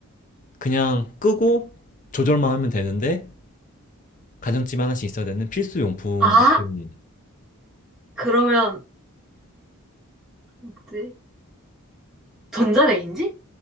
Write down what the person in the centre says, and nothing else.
아,
그러면 뭐지? 전자레인지?